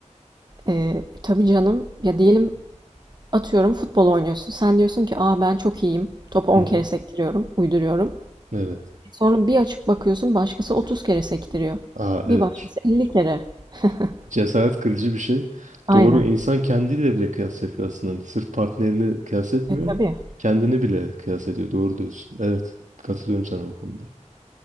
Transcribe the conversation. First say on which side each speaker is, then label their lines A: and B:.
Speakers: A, on the right (about 35°); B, on the right (about 80°).
A: Ee, tabii canım ya diyelim atıyorum futbol oynuyorsun. Sen diyorsun ki aa ben çok iyiyim. Topu on
B: Hı hı.
A: kere sektiriyorum, uyduruyorum.
B: Evet.
A: Sonra bir açıp bakıyorsun başkası 30 kere sektiriyor.
B: Aa
A: Bir
B: evet.
A: başkası 50 kere. <laughs>
B: Cesaret kırıcı bir şey.
A: Aynen.
B: Doğru insan kendiyle bile kıyas yapıyor aslında. Hani Sırf partnerini kıyas etmiyor.
A: E tabii.
B: Kendini bile kıyas ediyor. Doğru diyorsun. Evet. Katılıyorum sana o konuda.